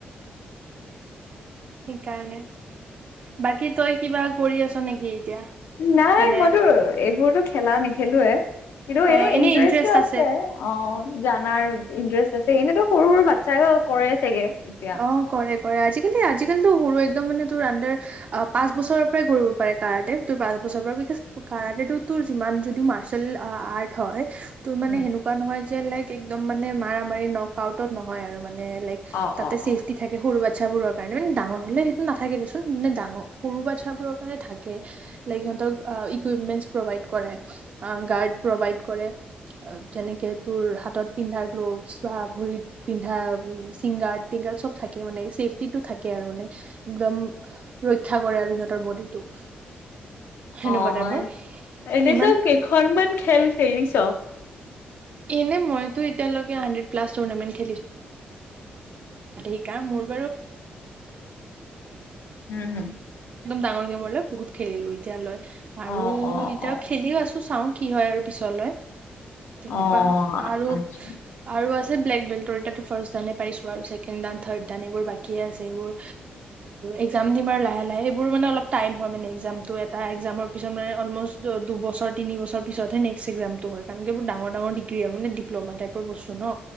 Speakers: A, on the right; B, on the left.
A: সেইকাৰণে বাকী তই কিবা কৰি আছ নেকি এতিয়া
B: নাই
A: মানে
B: মইতো এইবোৰটো খেলা নে খেলুৱে। কিন্তু
A: অ
B: এ
A: এনেই
B: ইণ্টাৰেষ্টটো
A: ইণ্টাৰেষ্ট
B: আছে অঁ জানাৰ ইণ্টাৰেষ্ট। ছে এনেইতো সৰু সৰু বাচ্ছাইও কৰে চাগে? এতিয়া
A: অঁ কৰে। কৰে আজিকালি আজিকালিটো সৰু একদম মানে তোৰ আন্দাৰ পাঁচ বছৰৰ পৰাই কৰিব পাৰে কাৰাটে তোৰ পাঁচ বছৰৰ পৰা বিকজ কাৰাটেটো তোৰ যিমান যদি মাৰ্চেল আৰ্ট হয় তোৰ মানে
B: উম
A: সেনেকুৱা নহয় যে লাইক একদম মানে মাৰা মাৰি নক আউটত নহয় আৰু মান মানে লাইক
B: অ
A: তাতে
B: অ
A: ছেফটি
B: অ
A: থাকে সৰু বা বাচ্ছাবোৰৰ কাৰণে মানে ডাঙৰ হ'লে সেইটো নাথাকে দেচোন মানে ডাঙ সৰু বাচ্ছাবোৰৰ কাৰণে থাকে, লাইক সিহঁতক ইকুইপমেণ্টছ প্ৰভাইড কৰে গাৰ্ড প্ৰভাইড কৰে। যেনেকৈ তোৰ হাতত পিন্ধা গ্ল'ভছ বা ভৰিত পিন্ধা ছিংগাৰ্ড। চব থাকে মানে চেফটিটো থাকে আৰু মানে এক্দম ৰক্ষা কৰে আৰু সিহঁতৰ বডিটোক। সেনেকুৱা
B: অঁ,
A: টাইপৰ
B: এনেতো
A: ইমান
B: কেইখনমান খেল খেলিছ?
A: এনেই মই টো সৰু সুৰা গেমৰ পৰা একদম
B: উম হুম
A: ডাঙৰ গেমলৈ বহুত খেলিলো এতিয়ালৈ। আৰু
B: অ অ
A: এতিয়া
B: অ
A: খেলিও আছো চাও। কি হয় আৰু পিছলৈ। তেনেকুৱা
B: অ
A: আৰু
B: আচ্ছা
A: আৰু আছ ব্লেক বেল্টৰ তাতো ফাৰ্ষ্ট দানে পাইছো আৰু ছেকেণ্ড দান, থাৰ্ড দান এইবোৰ বাকি আছে এইবোৰ একজাম দিম আৰু লাহে লাহে এইবোৰ মানে অলপ টাইম হয় মানে একজামটো এটা একজামৰ পিছত মানে অলমষ্ট দুবছৰ তিনি বছৰ পিছতহে নেক্স এক্জামটো হয় কাৰণ এইবোৰ ডাঙৰ ডাঙৰ ডিগ্ৰী আৰু মানে ডিপ্ল'মা টাইপৰ বস্তু ন?